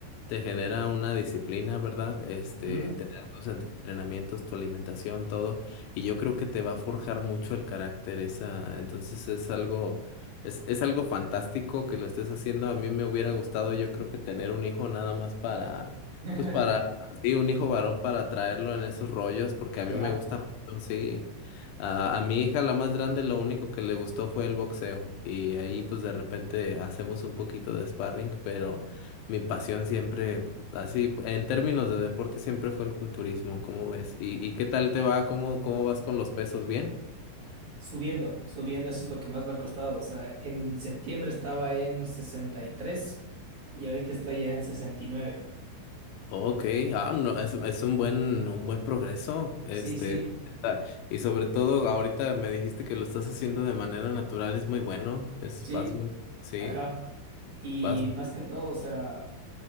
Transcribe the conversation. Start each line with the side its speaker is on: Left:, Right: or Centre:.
Left: te genera una disciplina, ¿verdad? Este,
Right: Ujú.
Left: tener tus entrenamientos, tu alimentación, todo, y yo creo que te va a forjar mucho el carácter esa, entonces es algo, es, es algo fantástico que lo estés haciendo. A mí me hubiera gustado, yo creo que tener un hijo nada más para,
Right: <laughs>
Left: pues para Sí, un hijo varón para traerlo en esos rollos, porque a
Right: Ya,
Left: mí me gusta, mucho, sí. A, a mi hija, la más grande, lo único que le gustó fue el boxeo. Y ahí, pues de repente hacemos un poquito de sparring, pero mi pasión siempre, así, en términos de deporte, siempre fue el culturismo, ¿cómo ves? ¿Y, y qué tal te va? ¿Cómo, cómo vas con los pesos? ¿Bien?
Right: subiendo, subiendo, eso es lo que más me ha costado. O sea, en septiembre estaba en sesenta y tres y ahorita estoy ya en sesenta y nueve
Left: Ok, ah, no, es, es un buen, un buen progreso, este,
Right: Sí, sí,
Left: está- y sobre todo ahorita me dijiste que lo estás haciendo de manera natural, es muy bueno, es,
Right: sí.
Left: vas muy, sí,
Right: Ajá. Y
Left: vas,
Right: más que todo, o sea,